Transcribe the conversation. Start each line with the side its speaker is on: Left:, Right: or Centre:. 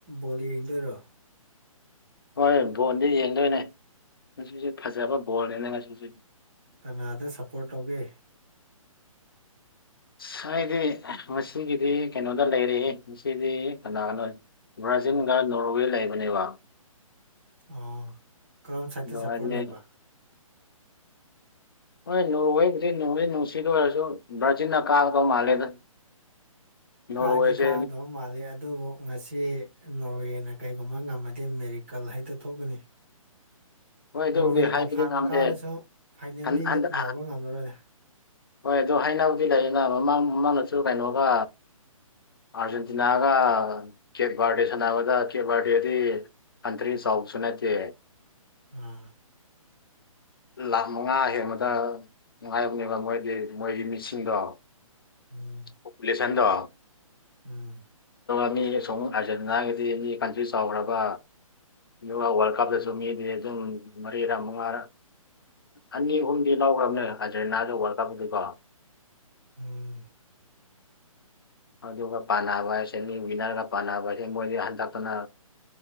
Right: ꯕꯣꯜ ꯌꯦꯡꯗꯣꯏꯔꯣ
Left: ꯍꯣꯏ ꯕꯣꯟꯗꯤ ꯌꯦꯡꯗꯣꯏꯅꯦ ꯉꯁꯤꯁꯨ ꯐꯖꯕ ꯕꯣꯜꯅꯤꯅꯦ ꯉꯁꯤꯁ
Right: ꯀꯅꯥꯗ ꯁꯞꯄꯣꯔꯠ ꯇꯧꯒꯦ
Left: ꯍꯥꯏꯗꯤ ꯉꯁꯤꯒꯤꯗꯤ ꯀꯩꯅꯣꯗ ꯂꯩꯔꯦ ꯉꯗꯤ ꯀꯅꯥꯒꯅꯣ ꯕ꯭ꯔꯥꯖꯤꯟꯒ ꯅꯣꯔꯋꯦ ꯂꯩꯕꯅꯦꯕ
Right: ꯑꯣ ꯀꯔꯣꯝ ꯁꯥꯏꯗꯠꯇ
Left: ꯑꯗꯣ
Right: ꯁꯞꯄꯣꯔꯠ
Left: ꯍꯥꯏꯗꯤ
Right: ꯂꯩꯕ
Left: ꯍꯣꯏ ꯅꯣꯡꯨ ꯍꯩꯕꯨꯗꯤ ꯅꯨꯡꯗꯤ ꯅꯨꯡꯁꯤꯗ ꯑꯣꯏꯔꯁꯨ ꯚꯔꯖꯤꯟꯅ ꯀꯥꯒꯗꯧ ꯃꯥꯜꯂꯦꯗ ꯅꯣꯔꯋꯦꯁꯦ
Right: ꯀꯥꯗꯤ ꯀꯥꯗ ꯃꯥꯜꯂꯤ ꯑꯗꯨꯕꯨ ꯉꯁꯤ ꯅꯣꯔꯋꯦꯅ ꯀꯩꯒꯨꯝꯕ ꯉꯝꯃꯗꯤ ꯃꯦꯔꯤꯀꯜ ꯍꯥꯏꯗ ꯊꯣꯛꯀꯅꯤ
Left: ꯍꯣꯏ ꯑꯗꯨꯕꯨꯗꯤ
Right: ꯅꯣꯔꯋꯦꯅ
Left: ꯍꯥꯏꯕꯗꯤ
Right: ꯐꯥꯟꯅ
Left: ꯉꯝꯗꯦ
Right: ꯀꯥꯔꯁꯨ ꯐꯥꯏꯅꯦꯜꯗꯤ
Left: ꯍꯟ ꯍꯟꯗꯛ
Right: ꯌꯥꯎꯕ ꯉꯝꯂꯔꯣꯏꯔ
Left: ꯍꯣꯏ ꯑꯗꯨ ꯍꯥꯏꯅꯕꯗꯤ ꯂꯩꯌꯦꯅ ꯃꯃꯥꯡ ꯃꯃꯥꯡꯗꯁꯨ ꯀꯩꯅꯣꯒ ꯑꯥꯔꯖꯦꯟꯇꯤꯅꯥꯒ ꯀꯦꯛ ꯕꯥꯔꯗꯦ ꯁꯥꯟꯅꯕꯗ ꯀꯦꯛ ꯕꯥꯔꯗꯦꯗꯤ ꯑꯟꯇꯔꯤ ꯁꯥꯥꯎꯁꯨꯅꯇ
Right: ꯑꯥ
Left: ꯂꯥꯈ ꯃꯉꯥ ꯍꯦꯟꯕꯗ ꯅꯨꯡꯉꯥꯏꯕꯅꯦꯕ ꯃꯣꯏ ꯃꯣꯏꯒꯤ ꯃꯤꯠꯁꯤꯡꯗꯣ
Right: ꯎꯝ
Left: ꯄꯣꯄꯨꯂꯦꯁꯟꯗ
Right: ꯎꯝ
Left: ꯁꯣꯝ ꯑꯥꯔꯖꯦꯟꯇꯤꯅꯥꯒꯤꯗꯤ ꯃꯤ ꯀꯟꯇ꯭ꯔꯤ ꯆꯥꯎꯈ꯭ꯔꯕ ꯌꯣ ꯋꯥꯔꯜ ꯀꯇ ꯃꯤꯗꯤ ꯑꯗꯨꯝ ꯃꯔꯤꯔꯥ ꯃꯉꯥ ꯑꯅꯤ ꯑꯍꯨꯝꯗꯤ ꯂꯧꯈ꯭ꯔꯕꯅꯦ ꯍꯥꯏꯖꯔꯦ ꯅꯥꯗꯧꯕ ꯋꯥꯔꯀꯄꯗꯤꯀꯣ
Right: ꯎꯝ
Left: ꯑꯗꯨꯒ ꯄꯥꯅꯕ ꯍꯥꯏꯁꯦꯅꯤ ꯋꯤꯟꯅꯔꯒ ꯄꯥꯟꯅꯕ ꯍꯥꯏꯁꯦ ꯃꯣꯏꯗꯤ ꯍꯟꯗꯛꯇꯅ